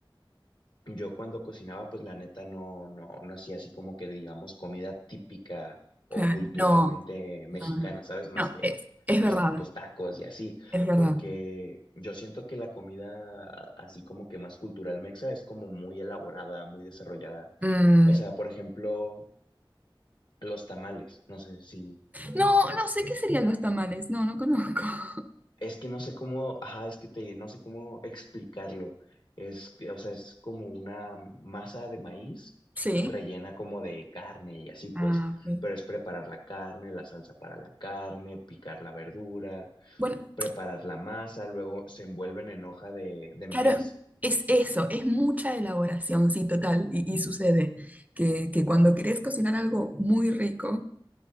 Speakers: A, on the left; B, on the right.
A: Yo cuando cocinaba, pues la neta no, no, no hacía así como que digamos comida típica o
B: Claro,
A: culturalmente
B: No,
A: mexicana,
B: no, no,
A: ¿sabes? Más
B: no,
A: que
B: es, es
A: pues,
B: verdad,
A: pues tacos y así,
B: es verdad.
A: porque yo siento que la comida a- así como que más cultural mexa es como muy elaborada, muy desarrollada.
B: Mm,
A: O sea, por ejemplo, los tamales, no sé si,
B: No, no sé qué serían los tamales, no, no conozco. <laughs>
A: Es que no sé cómo, ajá, es que te, no sé cómo explicarlo. Es, que, o sea, es como una masa de maíz
B: Sí.
A: rellena como de carne y así
B: Ah,
A: pues,
B: ok.
A: pero es preparar la carne, la salsa para la carne, picar la verdura,
B: Bueno,
A: preparar la masa, luego se envuelven en hoja de, de maíz.
B: claro, es eso, es mucha elaboración, sí, total. Y, y sucede que, que cuando querés cocinar algo muy rico,